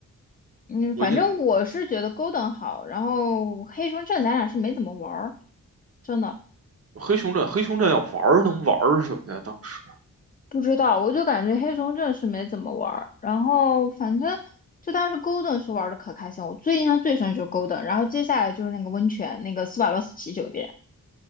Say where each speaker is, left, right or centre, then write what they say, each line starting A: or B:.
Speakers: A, on the left; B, on the right.
A: 嗯，
B: 我已经
A: 反正我是觉得 Golden 好，然后黑熊镇咱俩是没怎么玩儿，真的。
B: 黑熊镇，黑熊镇要玩儿能玩儿什么呀？当时
A: 不知道，我就感觉黑熊镇是没怎么玩儿，然后反正就当时 Golden 是玩的可开心，我最印象最深就是 Golden，然后接下来就是那个温泉，那个斯瓦洛斯奇酒店，